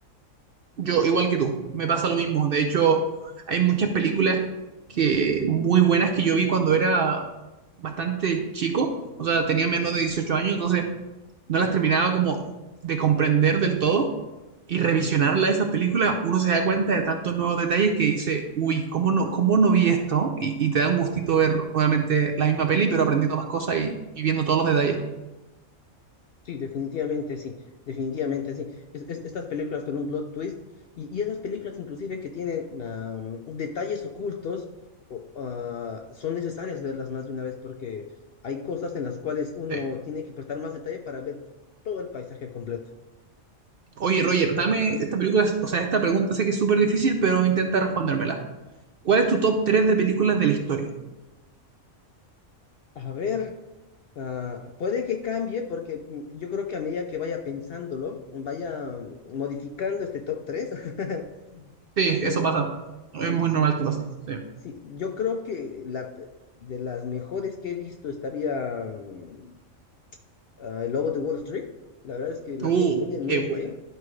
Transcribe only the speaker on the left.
Sí, definitivamente sí, definitivamente sí. Es- es- estas películas con un plot twist y, y esas películas inclusive que tienen am, detalles ocultos o, ah, son necesarias verlas más de una vez porque hay cosas en las cuales uno
tiene que prestar más detalle para ver todo el paisaje completo.
A ver, ah, puede que cambie porque mm, yo creo que a medida que vaya pensándolo, vaya mm, modificando este top 3 <laughs>
pero
sí,
sí.
Sí, yo creo que la, de las mejores que he visto estaría mm, ah, El Lobo de Wall Street. La verdad es que la
tengo muy en
mente.